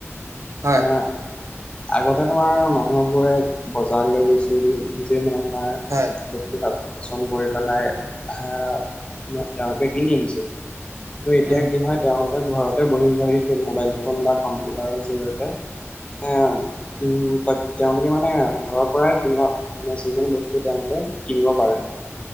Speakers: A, on the left; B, on the right.
A: <unintelligible>
B: হয়
A: আগতে তোমাৰ মানুহবোৰে বজাৰলৈ গৈছিল নিজে মানে তোমাৰ
B: হয়
A: বচ স্ত তাত পচন্দ কৰি পেলাই হাহ ন' তেওঁলোকে কিনি আনিছিল। টো এতিয়া
B: উম
A: কি হয় তেওঁলোকে ঘৰতে বহি, বহি সেই মোবাইল ফোন বা কম্পিউটাৰৰ জৰি়য়তে আ, উম, তাত তেওঁলোকে মানে ঘৰৰ পৰাই কোনবা মানে যিকোনো বস্তু তেওঁলোকে কিনিব পাৰে